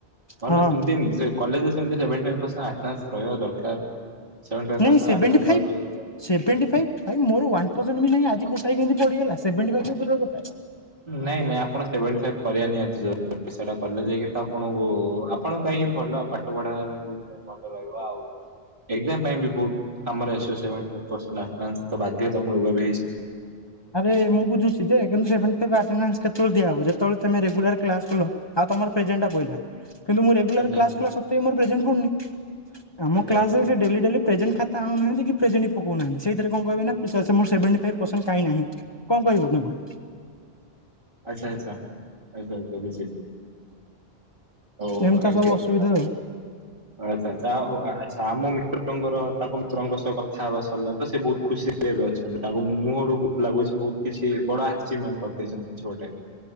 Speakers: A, on the right (about 55°); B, on the left (about 25°).
A: ଭଲ
B: ହଁ
A: ସେମତି ସେ କଲେଜରେ ସେଭେଣ୍ଟୀ ଫାଇଭ ପର୍ଶେଣ୍ଟ ଆଟେନ୍ନସ ରହିବା ଦରକାର। ସେଭେଣ୍ଟି ଫାଇଭ
B: ନାଇଁ
A: ପରସେଣ୍ଟ
B: ସେଭେଣ୍ଟି
A: ଆଟେଣ୍ଡାନ୍ସ
B: ଫାଇଭ୍
A: ରହିଲେ
B: ସେଭେଣ୍ଟି ଫାଇଭ ଭାଇ ମୋର ୱାନ୍ ପରସେଣ୍ଟ ବି ନାଇ ଆଜି ଗୋଟାଏ କେମିତି ପଡ଼ିଗଲା ସେଭେଣ୍ଟି ଫାଇଭ ତ ଦୂରର କଥା।
A: ନାଇଁ ନାଇଁ ଆପଣ ସେଭେଣ୍ଟି ଫାଇଭ୍ କରିବା ନିିହାତି ଦର୍ ସେଇଟା କଲେ ଯାଇକି ତ ଆପଣଙ୍କୁ ଆପଣଙ୍କ ପାଇଁ ହିଁ ଭଲ ପାଠ ପଢା ଭଲ ରହିବ ଆଉ ଏଇଥିପାଇଁ ବି ବହୁତ କାମରେ ଆସିବ ସେଭେଣ୍ଟି ଫାଇଭ ପରସେଣ୍ଟ ବାଧ୍ୟତାମୂଳକ ବି ହେଇଛି।
B: ଆରେ ମୁଁ ବୁଝୁଛି ଯେ କିନ୍ତୁ ସେଭେଣ୍ଟି ଫାଇଭ ଆଟେନାନ୍ସ କେତେବେଳେ ଦିଆହବ ଯେତେବେଳେ ତମେ ରେଗୁଲାର କ୍ଲାସ କଲ୍। ଆଉ ତମର ପ୍ରେଜେଣ୍ଟ ପହିଲା କିନ୍ତୁ ମୁଁ ରେଗୁଲାର
A: ଆଚ୍ଛା
B: କ୍ଲାସ କଲା ସତ୍ୱେ ମୋର ପ୍ରେଜେଣ୍ଟ ପଡୁନି। ଆମ
A: ଆଚ୍ଛା
B: କ୍ଲାସରେ
A: ଆଚ୍ଛା ବୁଝିଲି
B: ସେ ଡେଲି ଡେଲି ପ୍ରେଯେଣ୍ଟ ଖାତା ଆଣୁନାହାନ୍ତି କି ପ୍ରେଜେଣ୍ଟ ପକଉନାହାନ୍ତି। ସେଇଥିରେ କଣ କହିବ ନା ସେଭେଣ୍ଟି ଫାଇଭ କାଇଁ ନାହିଁ କଣ କହିବ ତାଙ୍କୁ?
A: ଆଚ୍ଛା ଆଚ୍ଛା ଆଚ୍ଛା ଆଛା ବୁଝିଲି? ଓହୋ
B: ଏମିତି
A: ଏମତି
B: ତ ସବୁ
A: କଥାଥା?
B: ଅସୁବିଧା
A: ଆଚଛା ଆଉ ଆଛା ଆମ ମିତ୍ରଙ୍କର ତାଙ୍କ ମିତ୍ରଙ୍କ ସହ କଥା ହବା ସରିଲା ତ ସେ ବହୁତ ଖୁସି ଏବେ ଅଛନ୍ତି ତାଙ୍କ ମୁହଁରୁ ବହୁତ ଲାଗୁଛି ବହୁତ କିଛି ବଡ ଆଚିଭମେଣ୍ଟ କରିଦେଇଛନ୍ତି କିଛି ଗୋଟେ